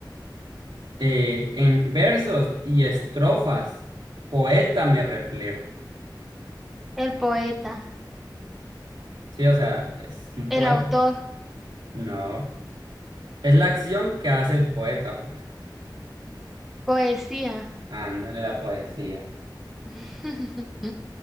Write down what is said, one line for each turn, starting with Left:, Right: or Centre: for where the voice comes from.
Right: eh, en versos y estrofas, poeta me reflejo.
Centre: El poeta,
Right: Sí, o sea, es un
Centre: el
Right: poeta.
Centre: autor,
Right: No, es la acción que hace el poeta, pues.
Centre: poesía.
Right: Ándale, la poesía.
Centre: <laughs>